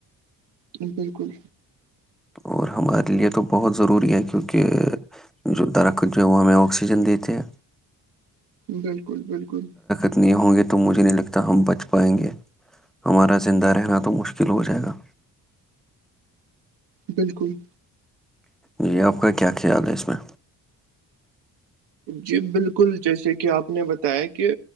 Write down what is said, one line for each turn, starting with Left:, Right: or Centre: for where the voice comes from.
Right: بالکل
Centre: اور ہمارے لیے تو بہت ضروری ہے کیونکہ جو درخت جو ہے وہ ہمیں آکسیجن دیتے ہیں
Right: بالکل بالکل
Centre: اتنے ہوں گے تو مجھے نہیں لگتا ہم بچ پائیں گے ہمارا زندہ رہنا تو مشکل ہو جائے گا
Right: بالکل
Centre: جی آپ کا کیا خیال ہے اس میں
Right: جی بالکل جیسے کہ آپ نے بتایا کہ